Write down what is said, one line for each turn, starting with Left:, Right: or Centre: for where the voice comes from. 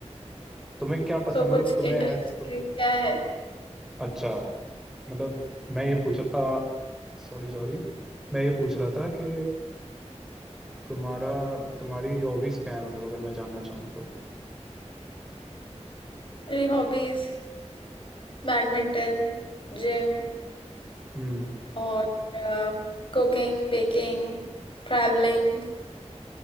Centre: तुम्हें क्या पसंद
Left: तो कुछ
Centre: मतलब तुम्हें
Left: इंटरेस्ट
Centre: है तुम
Left: क्या है
Centre: अच्छा मतलब मैं ये पूछ सॉरी सॉरी मैं ये पूछ रहा था कि तुम्हारा तुम्हारी हॉबीज क्या है मतलब अगर मैं जानना चाहूँ तो
Left: मेरी हॉबीज बैडमिंटन जिम
Centre: हम्म
Left: और कुकिंग बेकिंग ट्रैवलिंग